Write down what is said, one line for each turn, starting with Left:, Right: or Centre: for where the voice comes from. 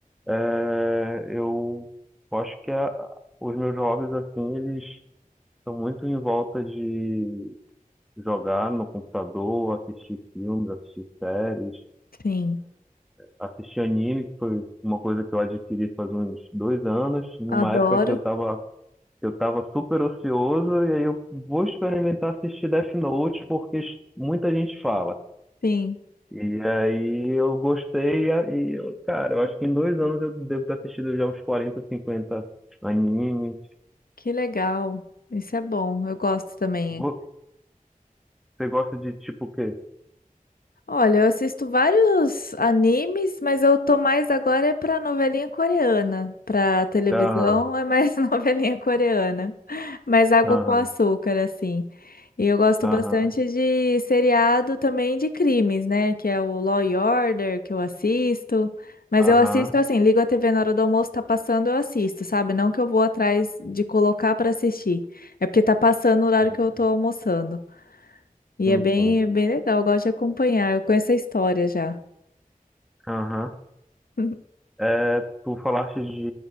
Centre: É, eu acho que a- os meus hobbies, assim, eles estão muito em volta de jogar no computador, assistir filmes, assistir séries,
Left: Sim,
Centre: assistir anime, que foi uma coisa que eu adquiri faz uns dois anos, numa
Left: adoro.
Centre: época que eu tava, eu tava super ocioso, e aí eu vou experimentar assistir Death Note, porque muita gente fala.
Left: Sim,
Centre: E aí eu gostei, e eu, cara, eu acho que em dois anos eu devo ter assistido já uns quarenta cinquenta animes.
Left: que legal. Isso é bom. Eu gosto também.
Centre: Vo- Você gosta de tipo o quê?
Left: Olha, eu assisto vários animes, mas eu tô mais agora é pra novelinha coreana. Pra televisão
Centre: Aham,
Left: é mais <laughs> novelinha coreana. Mais água
Centre: aham,
Left: com açúcar, assim. E eu gosto
Centre: aham,
Left: bastante de seriado também de crimes, né? Que é o Law and Order, que eu assisto. Mas
Centre: aham,
Left: eu assisto assim, ligo a TV na hora do almoço, tá passando, eu assisto, sabe? Não que eu vou atrás de colocar pra assistir. É porque tá passando o horário
Centre: sim,
Left: que eu
Centre: sim,
Left: tô almoçando. E
Centre: sim.
Left: é bem,
Centre: sim.
Left: é bem legal, eu gosto de acompanhar. Eu conheço a história já.
Centre: Aham.
Left: <laughs>
Centre: É, tu falaste de